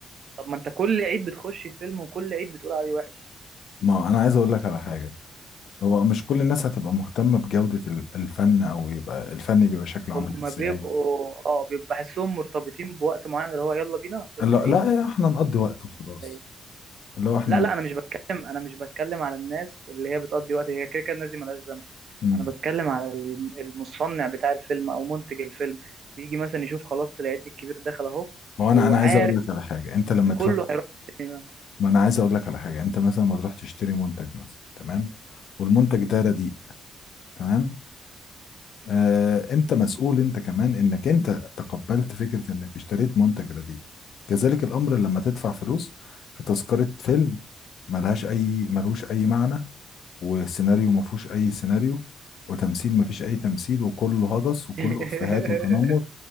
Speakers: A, on the right; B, on the left.
A: طب ما انت كل عيد بتخش الفيلم وكل عيد بتقول عليه وحش
B: ما انا عايز اقول لك على حاجة هو مش كل الناس هتبقى مهتمة بجودة ال- الفن او يبقى الفن بيبقى شكله عامل
A: هما
B: ازاي
A: بيبقوا اه بيبقى بحسهم مرتبطين بوقت معين اللي هو يلا بينا فيلم
B: لا
A: العيد
B: لا احنا نقضي وقت وخلاص
A: العيد.
B: اللي هو احنا
A: لا لا انا مش بتكلم انا مش بتكلم على الناس اللي هي بتقضي وقت هي كده كده الناس دي مالهاش ذنب
B: امم
A: انا بتكلم على الم- المصنع بتاع الفيلم او منتج الفيلم بيجي مثلا يشوف خلاص العيد الكبير دخل اهو
B: وانا
A: فهو
B: انا
A: عارف
B: عايز اقول لك على حاجه انت لما
A: ان كله
B: تروح
A: هيروح السينما
B: ما انا عايز اقول لك على حاجه انت مثلا لما تروح تشتري منتج مثلا تمام والمنتج ده رديء تمام آه انت مسؤول انت كمان انك انت تقبلت فكره انك اشتريت منتج رديء كذلك الامر لما تدفع فلوس في تذكره فيلم ملهاش اي ملوش اي معنى وسيناريو ما فيهوش اي سيناريو وتمثيل ما فيش اي تمثيل وكله هجس
A: <laughs>
B: وكله افيهات وتنمر